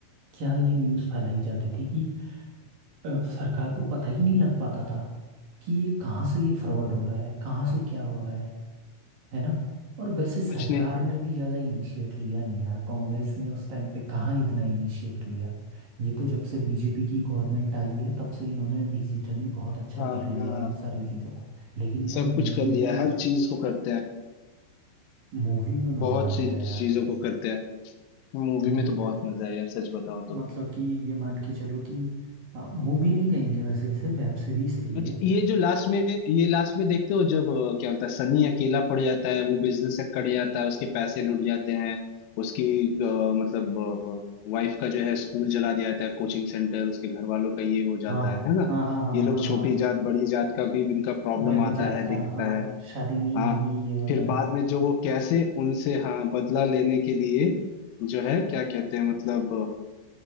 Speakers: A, on the right; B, on the left.
A: क्या ये न्यूज़ फैलाई जाती थी कि अ, सरकार को पता ही नहीं लग पाता था कि ये कहाँ से ये फ्रॉड हो रहा है कहाँ से क्या हो रहा है है ना और वैसे सरकार
B: कुछ नहीं
A: ने भी ज़्यादा इनिशिएट लिया नहीं यार कांग्रेस ने उस टाइम पे कहाँ इतना इनिशिएट लिया ये तो जब से बीजेपी की गवर्नमेंट आई है तब से इन्होंने डिजिटली बहुत अच्छा
B: हाँ
A: कर लिया
B: हाँ
A: है इन सारी चीज़ों को लेकिन यार
B: सब
A: मूवी
B: कुछ कर
A: में
B: लिया हर चीज को करते हैं
A: मूवी में मज़ा
B: बहुत
A: आ
B: सी
A: गया यार
B: चीजों को करते हैं मूवी
A: मूवी
B: में तो
A: में
B: बहुत मजा आया यार सच बताओ तो
A: मतलब कि ये मान के चलो कि मूवी नहीं कहेंगे वैसे इसे वेब सीरीज थी
B: अच्छा
A: ये
B: ये जो लास्ट में ये लास्ट में देखते हो जब अ, क्या होता है सनी अकेला पड़ जाता है वो बिजनेस से कट जाता है उसके पैसे लुट जाते हैं उसकी अ, मतलब वाइफ का जो है स्कूल जला दिया जाता है कोचिंग सेंटर उसके घर वालों का ये हो जाता
A: हाँ
B: है है ना
A: हाँ हाँ हाँ
B: ये लोग
A: हाँ
B: छोटी
A: हाँ
B: जात बड़ी जात का भी इनका प्रॉब्लम
A: बड़ी
B: आता
A: जात
B: है दिखता
A: का हाँ
B: है
A: शादी नहीं
B: हाँ
A: होगी ये वगैरह
B: फिर बाद में जो वो कैसे उनसे हाँ बदला लेने के लिए जो है क्या कहते हैं मतलब